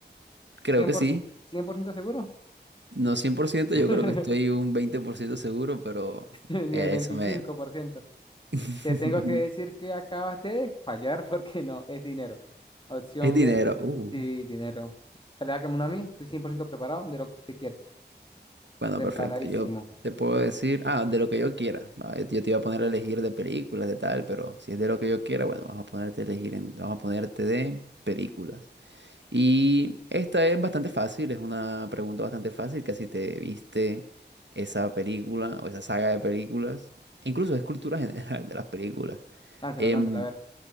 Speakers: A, on the left (about 25°); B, on the right (about 85°).
A: Cien
B: Creo que
A: cien por
B: sí.
A: ciento, cien por ciento seguro,
B: No 100%,
A: <laughs>
B: yo creo que estoy un 20% seguro, pero
A: ni
B: eh,
A: el 25%.
B: eso me... <laughs>
A: Te tengo que decir que acabas de fallar <laughs> porque no, es dinero. Opción
B: Es dinero.
A: B,
B: Uh,
A: sí, dinero. Dale, hágame una a mí, estoy 100% preparado de lo que usted quiera.
B: bueno,
A: Preparadísimo.
B: perfecto. Yo te puedo decir, ah, de lo que yo quiera. Ah, Yo yo te iba a poner a elegir de películas, de tal, pero si es de lo que yo quiera, bueno, vamos a ponerte a elegir en- vamos a ponerte de películas. Y esta es bastante fácil, es una pregunta bastante fácil, que si te viste esa película o esa saga de películas, e incluso es cultura <laughs> general de las películas.
A: Lánzala,
B: Em,
A: lánzala, a ver.